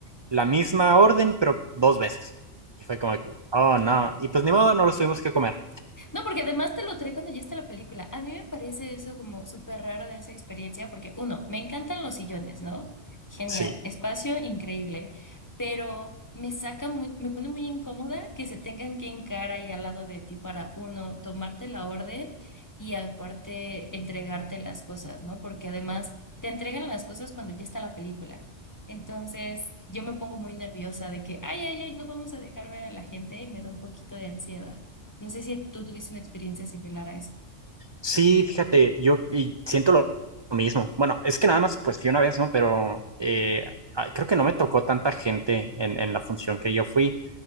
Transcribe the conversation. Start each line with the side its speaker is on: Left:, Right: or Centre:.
Right: la misma orden, pero dos veces. Y fue como que, oh no, y pues ni modo, no los tuvimos que comer.
Left: No, porque además te lo trae cuando ya está la película. A mí me parece eso como súper raro de esa experiencia, porque uno, me encantan los sillones, ¿no? Genial,
Right: Sí,
Left: espacio increíble, pero me saca muy, me pone muy incómoda que se tengan que encarar ahí al lado de ti para uno, tomarte la orden y aparte entregarte las cosas, ¿no? Porque además te entregan las cosas cuando ya está la película. Entonces, yo me pongo muy nerviosa de que, ay, ay, ay, no vamos a dejar ver a la gente y me da un poquito de ansiedad. No sé si tú tuviste una experiencia similar a eso,
Right: sí, fíjate, yo y siento lo mismo. Bueno, es que nada más pues fui una vez, ¿no? Pero eh, ay, creo que no me tocó tanta gente en, en la función que yo fui.